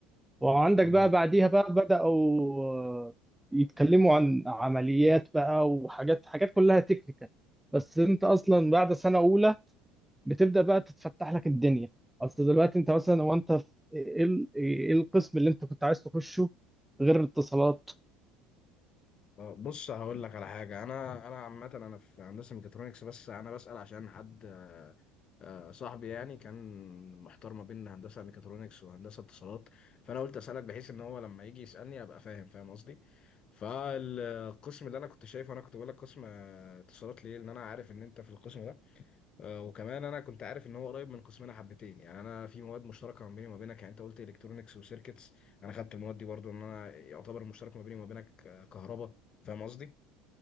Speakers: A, in the centre; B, on the left.
A: وعندك
B: اه
A: بقى بعديها بقى بدأوا آه، يتكلموا عن عمليات بقى وحاجات حاجات كلها تكنيكال بس أنت أصلا بعد سنة أولى بتبدا بقى تتفتح لك الدنيا اصل دلوقتي انت مثلا هو انت في ايه ال- إيه القسم اللي انت كنت عايز تخشه غير الاتصالات
B: آه، بص هقول لك على حاجه انا انا عامه انا في هندسه ميكاترونكس بس انا بسال عشان حد آه، آه، صاحبي يعني كان محتار ما بين هندسه ميكاترونكس وهندسه اتصالات فانا قلت اسالك بحيث ان هو لما يجي يسالني ابقى فاهم فاهم قصدي فالقسم اللي انا كنت شايفه انا كنت بقول لك قسم آه، اتصالات ليه لان انا عارف ان انت في القسم ده آه، وكمان انا كنت عارف ان هو قريب من قسمنا حبتين يعني انا في مواد مشتركه ما بيني وما بينك يعني انت قلت الكترونكس وسيركتس انا خدت المواد دي برضو ان انا يعتبر المشترك ما بيني وما بينك آه، كهرباء فاهم قصدي